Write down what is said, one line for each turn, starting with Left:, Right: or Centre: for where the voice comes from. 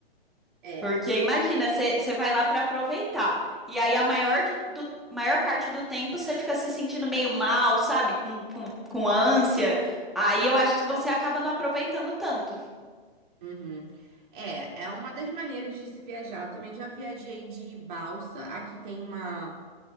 Right: É.
Centre: Porque imagina, você você vai lá pra aproveitar. E aí a maior de- do maior parte do tempo você fica se sentindo meio mal, sabe? Com, com, com ânsia. Aí eu acho que você acaba não aproveitando tanto.
Right: Uhum. É, é uma das maneiras de se viajar. Eu também já viajei de balsa. Aqui tem uma